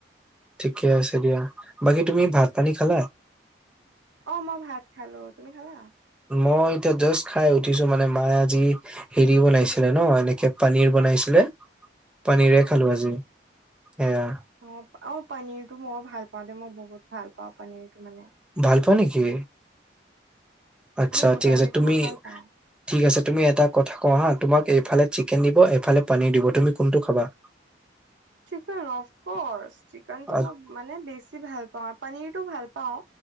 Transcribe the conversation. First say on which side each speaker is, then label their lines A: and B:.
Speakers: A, in the centre; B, on the right.
A: ঠিকে আছে দিয়া। বাকী তুমি ভাত পানী খালা।
B: অহ', মই ভাত খালোঁ তুমি খালা।
A: মই এতিয়া জাষ্ট খাই উঠিছো মানে মায়ে আজি। হেৰি বনাইছিলে ন এনেকে পনীৰ বনাইছিলে। পানীৰে খালোঁ আজি সেয়া।
B: অহ', অহ', পনীৰটো মই ভাল পাওঁ। দে মই বহুত ভাল পাওঁ। পনীৰটো মানে।
A: ভাল পোৱা নেকি? আচ্ছা
B: উম,
A: ঠিক
B: পনীৰটো
A: আছে তুমি।
B: মই ভাল পাওঁ।
A: ঠিক আছে তুমি এটা কথা কওঁ হা তোমাক এইফালে চিকেন দিব এইফালে পনীৰ দিব তুমি কোনটো খাবা। <inaudible>
B: চিকেন অফকৰ্চ চিকেনতটো
A: আ-
B: মই মানে বেছি ভাল পাওঁ আৰু পনিৰটো ভাল পাওঁ।